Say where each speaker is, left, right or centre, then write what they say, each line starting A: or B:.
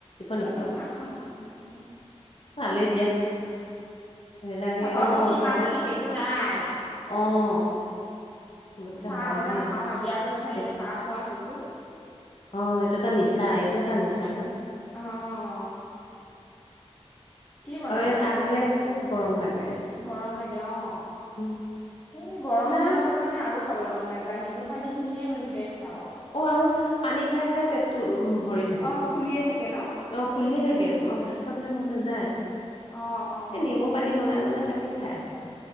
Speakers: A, on the left (about 55°); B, on the left (about 30°).
A: নোখোৱা
B: ৰাতিপুৱা নাখাওঁ নাখাওঁ।
A: ভালেই দিয়া। এইবিলাকে
B: চাহৰ
A: অ
B: প্ৰতি ইমান
A: চাহৰ
B: মানে হেৰিটো নাই এ
A: অ অৱশ্যে
B: চাহ
A: হয়
B: আগতে
A: দেই
B: নাখাওঁ। এ বিয়াৰ পিছতহে এতিয়া
A: এ
B: চাহ খোৱা হৈছোঁ।
A: অ' এইটো এটা নিচা, এইটো এটা নিচা ন।
B: অ', কি বনালে
A: আৰু এই চাহ
B: আজি?
A: খালে খুব গৰম লাগে উম।
B: গৰম লাগে অ'। এই গৰম
A: না
B: দালত মানে আৰু খাবলৈ মন নাযায়, নেমু পানী খিনিয়ে মানে বেচট আৰু
A: অ' আৰু পানী খাই খাই পেটটো উম। ভৰি থাকে,
B: অ', ফুলিয়ে থাকে ন?
A: অ' ফুলিয়ে থাকে ভাত খাবলৈ মন নাযায়।
B: অ', অ',
A: এই নেমু পানী বনাই বনাই তাকে খাই আছোঁ।